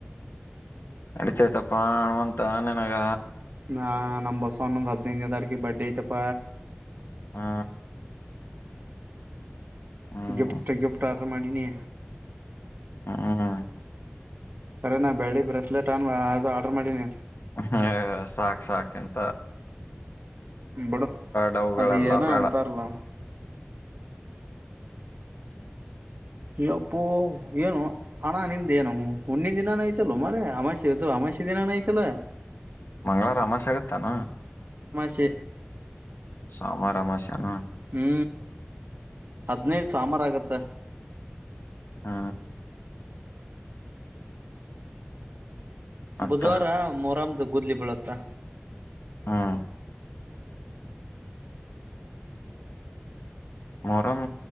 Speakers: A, on the left; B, on the right.
A: ನೆಡುತಾತಿ ಆಯ್ತಪ್ಪ ಹಣ ತ ನೆನಗ
B: ನಾ ನಮ್ಮಂಬರ್ಸ್ ಒನ್ ಒಂದಂದು ಹದಿನೈದುನೇ ತಾರಕ ಬರ್ಡೇ ಚ ಅಪ್ಪ
A: ಹಾ ಹ್ಮ್
B: ಗಿಫ್ಟ್ ಗಿಫ್ಟ ಆರ್ಡರ್ ಮಾಡಿನಿ
A: ಹೂ ಹೂ
B: ಕರೆನಾ ಬೆಳ್ಳಿ ಬ್ರೆಸ್ಲೆಟ್ ಅನ್ ಅದು ಆರ್ಡರ್ ಮಾಡೀನಿ
A: ಹೂ ಸಾಕ್ ಸಾಕ್ ಇಂತ
B: ಬಿಡ
A: ಡವುಗಳೆಲ್ಲ
B: ಅದ ಏನ
A: ಬೇಡ
B: ಅಂತಾರಲ ಯಪ್ಪೋ ಏನು ಹಣ ನಿಂದ ಏನು ಹುಂದಿ ದಿನಾನ ಐ್ತಲ್ಲ ಮರ ಅಮಾಾಸಿ ಇದು ಅಮಾಾಸೆ ದಿನಾನ ಐ್ತಲ್ಲ
A: ಮಂ್ಗಳವಾರ ಅಮಾಾಸೆ ಆಗತ್ತಾನ
B: ಚಿ
A: ಸಾಮಾರಾಮಸ್ಯಾನ
B: ಹೂ ಹದ್ಿನೈದು ಸಾಮಾರ ಆಗತ್ತ
A: ಹೂ ಮತ್ತ
B: ಬುಧವಾರ ಮೊರಾಮ ಅದು ಗದ್ಲಿ ಬಿೀಳುತ್ತಾ
A: ಹಾ ಮೊರಂ